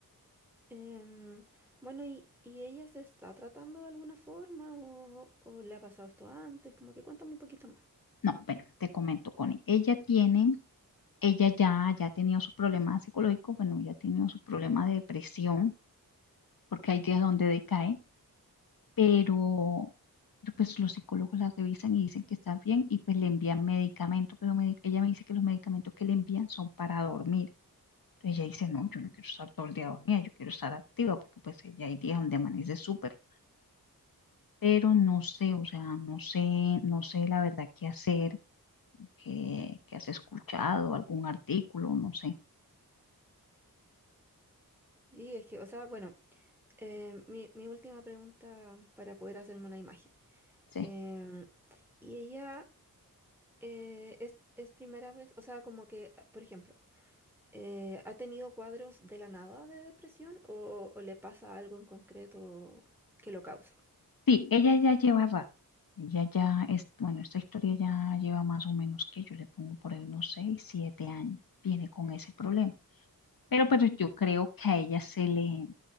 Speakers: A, in the centre; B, on the left (about 65°).
A: Em, bueno, ¿y, y ella se está tratando de alguna forma o, o le ha pasado esto antes? Como que cuéntame un poquito más.
B: No, bueno, te comento, Connie, ella tiene... Ella ya, ya ha tenido sus problemas psicológicos, bueno, ya ha tenido sus problemas de depresión, porque hay días donde decae, pero pero, pues los psicólogos la revisan y dicen que está bien y pues le envían medicamento, pero medi- ella me dice que los medicamentos que le envían son para dormir. Entonces ella dice, no,
A: Mm,
B: yo no quiero estar todo el día dormida, yo quiero estar activa, porque pues ella hay días donde amanece súper, pero no sé, o sea, no sé, no sé la verdad qué hacer, qué, qué has escuchado, algún artículo, no sé,
A: Sí, es que, o sea, bueno, em, mi, mi última pregunta para poder hacerme una imagen.
B: sí.
A: Em, y ella eh, es, es primera vez, o sea, como que, por ejemplo, Eh, ¿ha tenido cuadros de la nada de depresión o, o le pasa algo en concreto que lo causa?
B: Sí, ella ya lleva rato. Ella ya es, bueno, esta historia ya lleva más o menos que yo le pongo por ahí unos 6, 7 años. Viene con ese problema. Pero,
A: Ujú.
B: pero yo creo que a ella se le